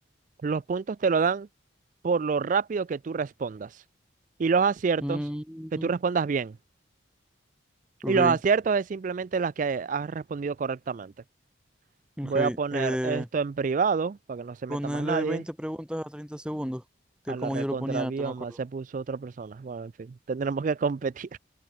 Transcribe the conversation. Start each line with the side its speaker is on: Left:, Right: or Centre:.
Right: Los puntos te lo dan por lo rápido que tú respondas. Y los aciertos,
Centre: Mm,
Right: que tú respondas bien.
Centre: ok,
Right: Y los aciertos es simplemente las que has respondido correctamente.
Centre: ok.
Right: Voy a poner
Centre: Eh,
Right: esto en privado para que no se meta
Centre: ponele
Right: más nadie.
Centre: 20 preguntas a 30 segundos, que es
Right: A
Centre: como
Right: la recontra
Centre: yo lo ponía
Right: bioma
Centre: antes, me acuerdo.
Right: se puso otra persona. Bueno, en fin, tendremos que competir.